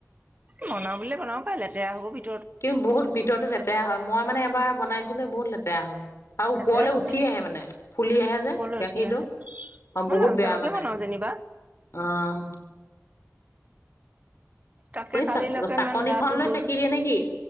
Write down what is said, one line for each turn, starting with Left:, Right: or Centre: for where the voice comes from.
Right: বনাও বুলিলে বনাব পাই লেতেৰা হব ভিত
Left: কিন্তু বহুত ভিতৰতো লেতেৰা হয় মই মানে এবাৰ বনাইছিলো বহুত লেতেৰা হ'ল আৰু
Right: লেতেৰা
Left: ওপৰলে
Right: হয়
Left: উঠি আহে মানে ফুলি আহে যে
Right: ওপৰলৈ উঠি
Left: গাখীৰটো
Right: আহে
Left: অ
Right: মই
Left: বহুত
Right: লাল
Left: বেয়া
Right: চাহকে
Left: মানে
Right: বনাও যেনিবা
Left: অহ
Right: তাকে কালিলৈকে
Left: চ চাকনিখন
Right: ইমান গাটো
Left: লৈ
Right: দুৰ
Left: চেকি দিয়ে নেকি?